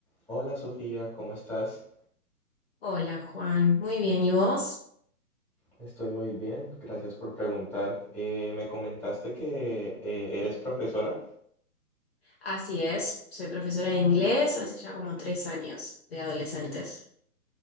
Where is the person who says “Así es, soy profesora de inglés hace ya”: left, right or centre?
Left